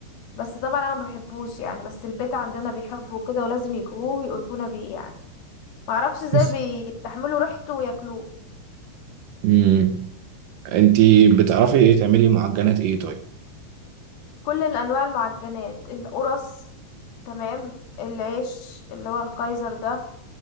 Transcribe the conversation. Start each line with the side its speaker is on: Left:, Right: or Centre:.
Left: بس طبعا انا ما بحبوش يعني بس البيت عندنا بيحبوا كده ولازم يجيبوه ويقرفونا بيه يعني ما اعرفش ازاي
Right: <laughs>
Left: بيستحملوا ريحته وياكلوه
Right: امم انتي بتعرفي ايه تعملي معجنات ايه طيب
Left: كل الانواع المعجنات القرص تمام العيش اللي هو الكايزر ده